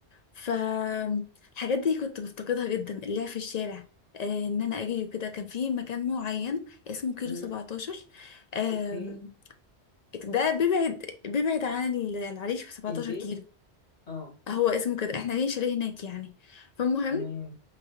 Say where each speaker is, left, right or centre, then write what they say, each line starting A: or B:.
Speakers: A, on the left (about 50°); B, on the left (about 80°).
A: فالحاجات دي كنت بفتقدها جدا اللعب في الشارع آه، ان انا اجري وكده كان في مكان معين اسمه كيلو
B: امم
A: 17 آم،
B: اوكي
A: ده بيبعد بيبعد عن العريش ب 17
B: البيت
A: كيلو
B: اه
A: هو اسمه كده احنا ليه شاليه هناك يعني فالمهم
B: تمام